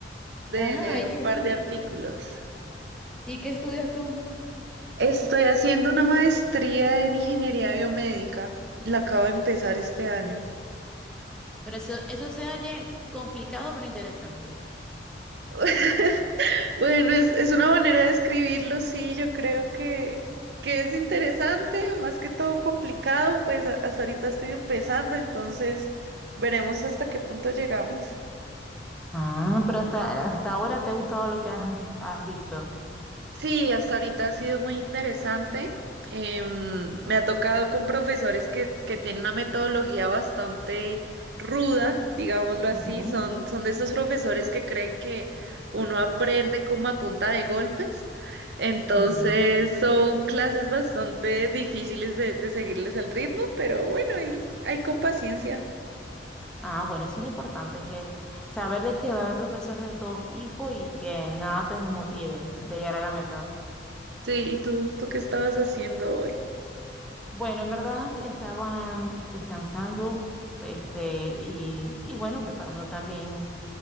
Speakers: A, on the right; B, in the centre.
A: de
B: Ajá,
A: leer
B: ¿y
A: un
B: qué
A: par
B: estu-
A: de artículos.
B: ¿Y qué estudias tú?
A: Estoy haciendo una maestría en ingeniería biomédica. La acabo de empezar este año.
B: Pero eso, eso se oye complicado pero interesante.
A: <laughs> Bueno, es, es una manera de escribirlo, sí, yo creo que, que es interesante, más que todo complicado, pues a- hasta ahorita estoy empezando, entonces veremos hasta qué punto llegamos.
B: Ah, pero hasta, hasta ahora te ha gustado lo que has, has visto.
A: Sí, hasta ahorita ha sido muy interesante. Em, me ha tocado con profesores que, que tienen una metodología bastante ruda, digámoslo así.
B: Ujú.
A: Son, son de estos profesores que creen que uno aprende como a punta de golpes. Entonces
B: Sí.
A: son clases bastante difíciles de, de seguirles el ritmo, pero bueno, ahí, ahí con paciencia.
B: Ah, bueno, eso es lo importante, que saber de que va a haber profesores de todo tipo y que nada te desmotive de llegar a la meta.
A: Sí, ¿y tú, tú qué estabas haciendo hoy?
B: Bueno, en verdad estaban descansando, este, y, y bueno, preparando también